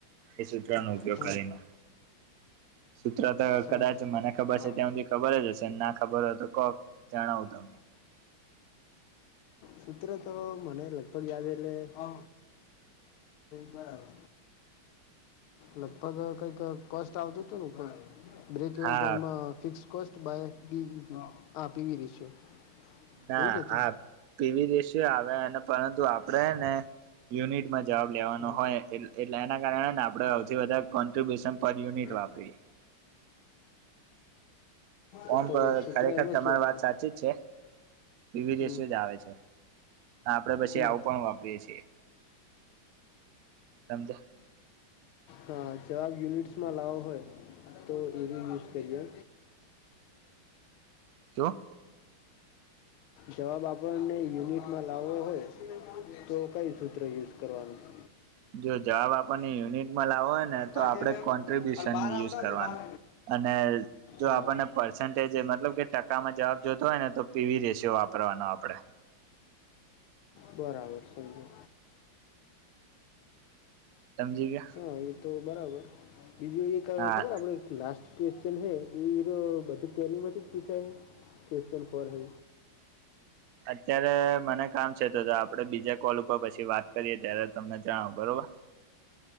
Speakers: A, on the right; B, on the left.
A: એ સૂત્રનો ઉપયોગ
B: હમ
A: કરીને. સૂત્ર તો
B: સમજ્યો
A: કદાચ મને ખબર
B: હા
A: છે ત્યાં સુધી ખબર જ હશે ના, ખબર હો તો કોક જણાવજો.
B: સૂત્ર તો મને લગભગ યાદ એલે અ, બરાબર, લગભગ કઈક કોસ્ટ આવતું ઉપર નુ. બ્રેક
A: હા
B: વન પોઇન્ટમાં fix cost, by B E P, આ પી ઈ રેશિયો,
A: ના
B: એવું જ હતું
A: આપ પીવી રેશિયો આવે અને પરંતુ આપડે ને યુનિટમા જવાબ લેવાનો
B: હા
A: હોય એટલે એના કારણે ને આપણે સૌથી વધારે કોન્ટ્રિબ્યુશન પર યુનિટ
B: હમ
A: વાપરીએ.
B: એ
A: ઓમ્પ
B: તો સૂત્ર
A: ખરેખર
B: એમાં
A: તમારી
B: શું આવે
A: વાત સાચી જ છે ની વી રેશિયો
B: હમ
A: જ આવે છે. હ આપડે પછી
B: હમ
A: આવું પણ વાપરીએ છીએ સમજીયા.
B: હા ચાર યુનિટ્સ માં લાવો હોય તો એ વી યુઝ કરીએ,
A: શું?
B: જવાબ આપણને યુનિટમાં લાવવો હોય, તો કઈ સૂત્ર યુઝ કરવાનું. હ
A: જો જવાબ આપણને યુનિટમાં લાવવો હોય ને, તો
B: આઠ
A: આપડે કોન્ટ્રિબ્યુશનનું
B: અને બાર
A: યુઝ
B: આવતા હોય
A: કરવાનો.
B: તો બાર
A: અને, જો
B: હા
A: આપણને પર્સન્ટેજ એ મતલબ કે ટકામાં જવાબ જોઇતો હોય ને તો પીવી રેશિયો વાપરવાનો આપડે.
B: બરાબર, સમજ્યો.
A: સમજી ગ્યા?
B: હા, એ તો બરાબર. બીજું એક
A: હા
B: ખબર આપડે લાસ્ટ ક્વેશ્ચન હૈ, એઇરો બધું ટેલીમાંથી જ પૂછાય? ક્વેશ્ચન ફોર હે
A: અત્યારે મને કામ છે, તો જો આપડે બીજા કોલ ઉપર પછી વાત કરીએ ત્યારે તમને જણાવુ, બરોબર?